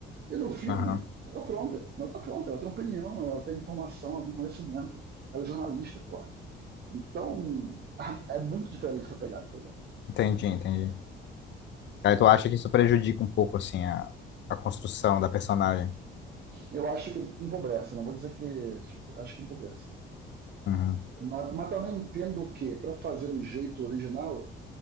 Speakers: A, on the right (about 50°); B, on the left (about 60°).
A: E no filme,
B: aham.
A: ela tá pronta, ela tá pronta, ela tem opinião, ela tem informação, ela tem conhecimento, ela é jornalista, pô, então, <laughs> é muito diferente essa pegada, tá ligado?
B: Entendi, entendi. Aí tu acha que isso prejudica um pouco, assim, a, a construção da personagem?
A: Eu acho que empobrece, não vou dizer que. Acho que empobrece.
B: Uhum.
A: Mas, mas também entendo que, para fazer do jeito original,